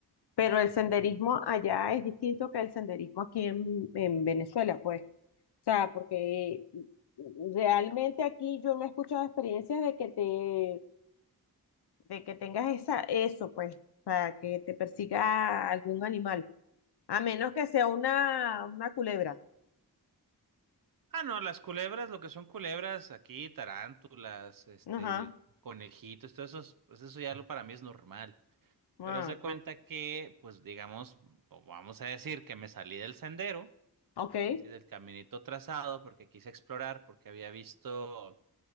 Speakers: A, on the left (about 85°); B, on the right (about 60°).
A: pero el senderismo allá es distinto que el senderismo aquí en, en Venezuela, pues. O sea, porque mm, realmente aquí yo no he escuchado experiencias de que te, de que tengas esa, eso, pues, para que te persiga algún animal. A menos que sea una, una culebra.
B: Ah, no, las culebras, lo que son culebras aquí, tarántulas, este,
A: Ajá.
B: conejitos, todo eso, es- pues eso ya lo para mí es normal.
A: Ah,
B: Pero haz de cuenta que, pues digamos, o vamos a decir que me salí del sendero,
A: ok.
B: sí, del caminito trazado, porque quise explorar, porque había visto.